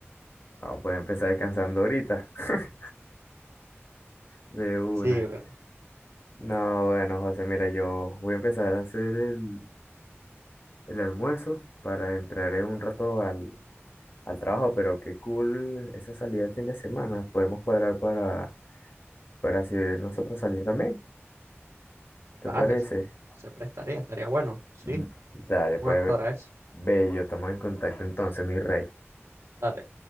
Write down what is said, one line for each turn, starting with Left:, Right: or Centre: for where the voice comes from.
Left: No, puedes empezar descansando ahorita. <laughs> De una.
Right: Sí, bueno,
Left: No, bueno, José, mira, yo voy a empezar a hacer el, el almuerzo para entrar en un rato al, al trabajo, pero qué cool esa salida el fin de semana. Podemos cuadrar para, para si nosotros salir también. ¿Te
Right: dale,
Left: parece?
Right: se prestaría, estaría bueno, sí,
Left: Mm, Dale,
Right: vamos
Left: pues,
Right: a cuadrar eso.
Left: bello, estamos en contacto entonces, mi rey.
Right: Dale.